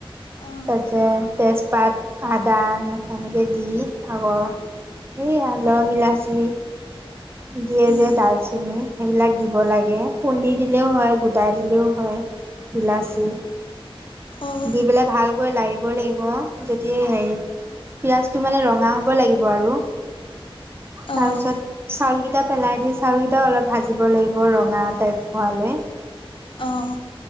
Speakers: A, on the left (about 60°); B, on the right (about 25°).
A: অঁ
B: তাৰপিছত তেজপাত আদা নহৰু এনেকে দি আকৌ। এইয়া লং ইলাচি, দিয়ে
A: উম
B: যে ডালচেনি সেইবিলাক দিব লাগে খুন্দি দিলেও হয়, গোটাই দিলেও হয়। ইলাচি।
A: অঁ
B: দি পেলাই ভালকৈ লাগিবই লাগিব যেতি হেৰি, পিঁয়াজটো মানে ৰঙা হ'ব লাগিব আৰু
A: অঁ
B: তাৰপিছত, চাউলকেইটা পেলাই দি চাউলকেইটা অলপ ভাজিব লাগিব ৰঙা টাইপ হোৱালৈ,
A: অহ।